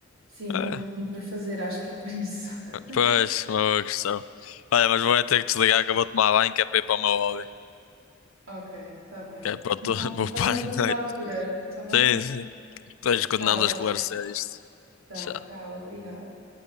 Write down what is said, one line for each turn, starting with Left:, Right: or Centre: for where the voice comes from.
Right: Sim, não
Left: É,
Right: tenho muito para fazer, acho que é por isso. <laughs>
Left: pois, uma questão. Olha, mas vou é ter que desligar que eu vou tomar banho, que é para ir para o meu hobby.
Right: Ok, está bem.
Left: Que é para o
Right: Então,
Left: <laughs> teu- vou
Right: falamos
Left: para a
Right: noutra
Left: <laughs> noite.
Right: altura, está bem?
Left: Sim, sim. Depois continuamos
Right: Tá,
Left: a esclarecer isto.
Right: tá,
Left: Tchau.
Right: tchau, obrigada.